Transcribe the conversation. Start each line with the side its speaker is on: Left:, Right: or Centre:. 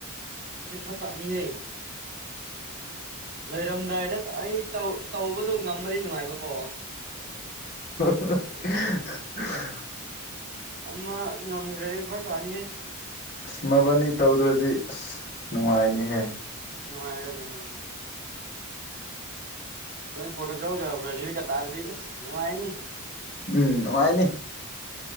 Right: ꯐ ꯇꯥꯅꯤ ꯂꯩꯦ ꯂꯩꯣꯏꯔꯝꯗꯥꯏꯗ ꯑꯩ ꯇꯧꯕꯗꯨꯣ ꯉꯃꯗꯤ ꯅꯨꯡꯉꯥꯏꯕꯀꯣ
Left: <unintelligible>
Right: ꯑꯃ ꯉꯝꯈ꯭ꯔꯦꯗꯤ ꯄꯨꯔꯥ ꯀꯥꯅꯤꯌꯦ
Left: ꯏꯁꯃꯕꯅꯤ ꯇꯧꯗ꯭ꯔꯗꯤ ꯑꯁ ꯅꯨꯡꯉꯥꯏꯅꯤꯍꯦ
Right: ꯅꯨꯡꯉꯒꯗꯃꯦꯅꯦ ꯍꯣꯏ ꯄꯣꯇꯨꯒꯜ ꯀ ꯭ꯔꯥꯖꯤꯜ ꯀ ꯇꯥꯗꯤꯁ ꯅ ꯍꯥꯏꯅꯤ
Left: ꯎꯝ ꯅꯨꯡꯉꯥꯏꯅꯤ